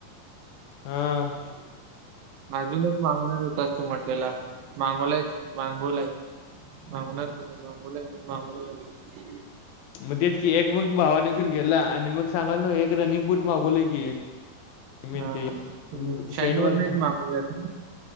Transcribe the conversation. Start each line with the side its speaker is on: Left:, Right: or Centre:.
Left: हां,
Right: <inaudible> अजून एक मागवनार होतास तू म्हटलेला, माांगवलायेस् मांगोवला आहे. मागणार कुठं मांगोवलाय, मांगवलाय की.
Left: म तेच की एक बुट भावाने घेऊन गेला आणि मग सांगायलो नाव् एक रनिंग बूट मागवलंय की. मी
Right: हां.
Left: ते
Right: शाईनवर
Left: शेन वरणं.
Right: <inaudible>